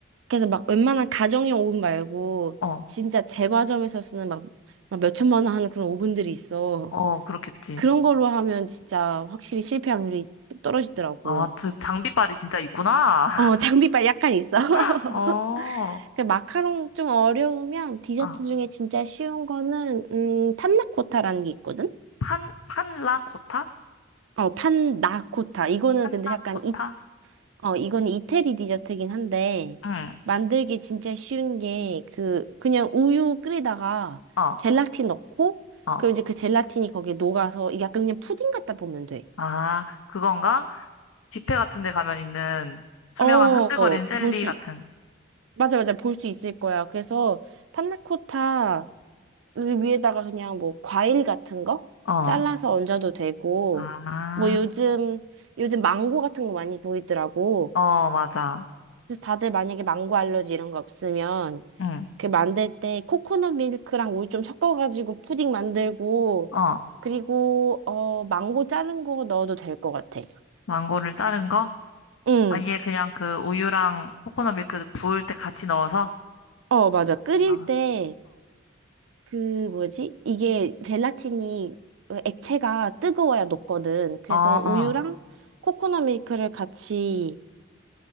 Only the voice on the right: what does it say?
그래서 막 웬만한 가정용 오븐 말고
진짜 제과점에서 쓰는 막, 막 몇천만 원 하는 그런 오븐들이 있어.
<laughs> 그런 걸로 하면 진짜 확실히 실패 확률이 뚝 떨어지더라고.
어, 장비빨 약간 있어. <laughs>
그 마카롱 좀 어려우면 디저트
중에 진짜 쉬운 거는, 음, 판나코타라는 게 있거든?
어, 판나코타. 이거는
근데 약간, 이, 어, 이거는 이태리 디저트긴 한데,
만들기 진짜 쉬운 게, 그, 그냥 우유 끓이다가
젤라틴 넣고,
그럼 이제 그 젤라틴이 거기에 녹아서, 이게 약간 그냥 푸딩 같다 보면 돼.
어,
볼 수,
맞아, 맞아, 볼 수 있을 거야. 그래서, 판나코타, 위에다가 그냥 뭐 과일 같은 거
잘라서 얹어도 되고
뭐 요즘 요즘 망고 같은 거 많이 보이더라고.
그래서 다들 만약에 망고 알러지 이런 거 없으면
그 만들 때 코코넛 밀크랑 우유 좀 섞어가지고 푸딩 만들고
그리고 어 망고 자른 거 넣어도 될 것 같아.
응.
어 맞아. 끓일
때 그 뭐지? 이게 젤라틴이 액체가 뜨거워야 녹거든. 그래서
우유랑 코코넛 밀크를 같이